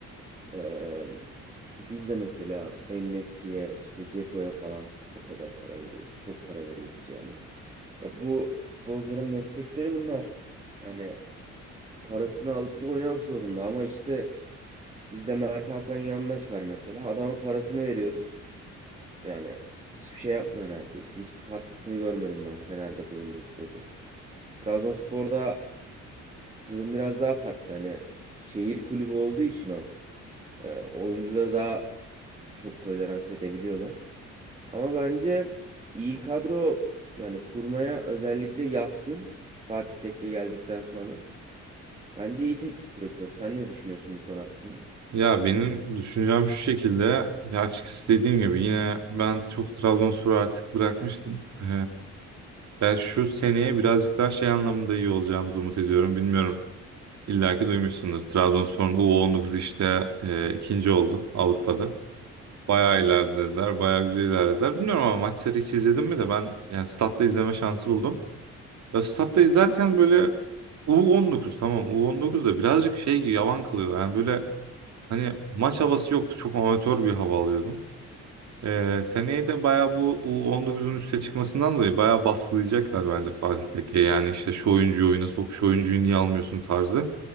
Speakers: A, on the right; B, on the right.
A: Ee, biz de mesela El Nesri'ye işte Ceko'ya falan o kadar para veriyoruz. Çok para veriyoruz yani. Ya bu futbolcuların meslekleri bunlar. Hani parasını alıp da oynamak zorunda ama işte bizde Mert Hakan Yandaş var mesela. Adama parasını veriyoruz. Yani hiçbir şey yapmıyor neredeyse. Hiçbir katkısını görmedim ben Fener'de bulunduğu sürece. Trabzonspor'da durum biraz daha farklı. Hani şehir kulübü olduğu için o. E, oyuncuları daha çok tolerans edebiliyorlar. Ama bence iyi kadro yani kurmaya özellikle yatkın Fatih Tekke geldikten sonra. Bence iyi teknik direktör. Sen ne düşünüyorsun bu konu hakkında?
B: Ya benim düşüncem şu şekilde. Ya açıkçası dediğim gibi yine ben çok Trabzonspor artık bırakmıştım. Ee, Ben şu seneye birazcık daha şey anlamında iyi olacağımızı umut ediyorum. Bilmiyorum. İlla ki duymuşsundur. Trabzonspor'un U19 işte e, ikinci oldu Avrupa'da. Bayağı
A: Hı
B: ilerlediler.
A: hı.
B: Bayağı güzel ilerlediler. Bilmiyorum ama maçları hiç izledim mi de ben yani statta izleme şansı buldum. Ya statta izlerken böyle U19 tamam U19 da birazcık şey gibi yavan kalıyor. Yani böyle hani maç havası yoktu. Çok amatör bir hava alıyordum. Ee, seneye de bayağı bu U19'un üste çıkmasından dolayı bayağı baskılayacaklar bence Fatih Tekke. Yani işte şu oyuncuyu oyuna sok, şu oyuncuyu niye almıyorsun tarzı.